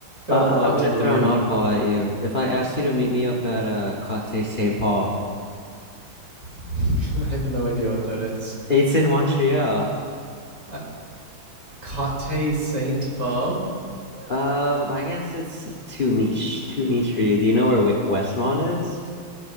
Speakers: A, on the right; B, on the left.
A: got
B: uh,
A: a lot
B: I- I'm gonna
A: to learn.
B: throw an oddball at you. If I asked you to meet me up at uh Côté Saint Paul,
A: <laughs> I have no idea what that is.
B: it's in Montreal.
A: I, Cote Saint Paul,
B: Um, I guess it's too niche, too niche for you. Do you know where Wi- Westmont is?